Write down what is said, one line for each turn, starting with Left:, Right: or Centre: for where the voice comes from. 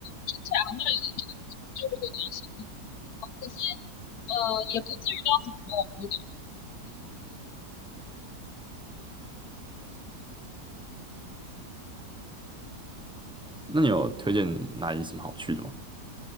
Left: 听起来好像有点，就如果你要深入的话，可是呃也不至于到什么网络的。
Centre: 那你有推荐哪里什么好去的吗？